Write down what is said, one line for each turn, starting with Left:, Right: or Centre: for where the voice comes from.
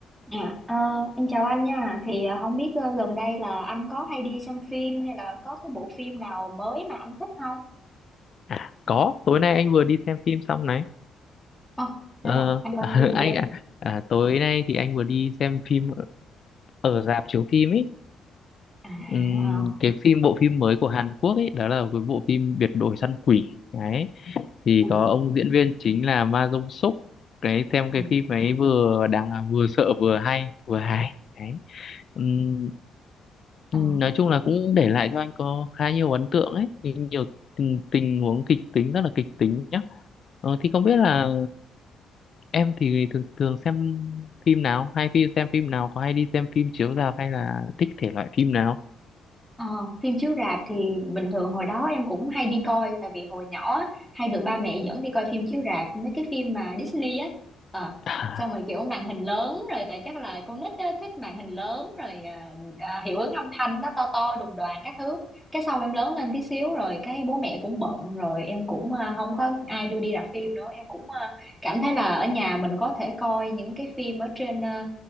Centre: Dạ, ờ, em chào anh nha. Thì ờ, không biết ờ, gần đây là anh có hay đi xem phim hay là có cái bộ phim nào mới mà anh thích không?
Left: À, có, tối nay anh vừa đi xem phim xong này.
Centre: Ờ, thế
Left: Ờ,
Centre: à, anh coi
Left: <laughs>
Centre: phim
Left: anh
Centre: gì đây?
Left: à, à, tối nay thì anh vừa đi xem phim ở ở rạp chiếu phim ấy.
Centre: À,
Left: Ừm,
Centre: ờ,
Left: cái phim bộ phim mới của Hàn Quốc ấy, đó là cái bộ phim Biệt đội săn quỷ. Đấy, thì
Centre: ừ,
Left: có ông diễn viên chính là Ma Dông Súc. Cái xem
Centre: ừ,
Left: cái phim ấy vừa đáng vừa sợ vừa hay, vừa hài. Đấy. Ừm,
Centre: ờ.
Left: nói chung là cũng để lại cho anh có khá nhiều ấn tượng ấy, nhiều tình, tình huống kịch tính rất là kịch tính nhá. Ờ, thì không biết là em thì thường thường xem phim nào hay phim xem phim nào có hay đi xem phim chiếu rạp hay là thích thể loại phim nào
Centre: Ờ, phim chiếu rạp thì bình thường hồi đó em cũng hay đi coi tại vì hồi nhỏ á, hay được ba mẹ dẫn đi coi phim chiếu rạp mấy cái phim mà Disney á ờ
Left: <laughs> à,
Centre: xong rồi kiểu màn hình lớn rồi tại chắc là con nít á, thích màn hình lớn rồi à, à, hiệu ứng âm thanh nó to to đùng đoàn các thứ cái sau em lớn lên tí xíu rồi cái bố mẹ cũng bận rồi em cũng à, không có ai đưa đi rạp phim nữa em cũng à, cảm thấy là ở nhà mình có thể coi những cái phim ở trên à,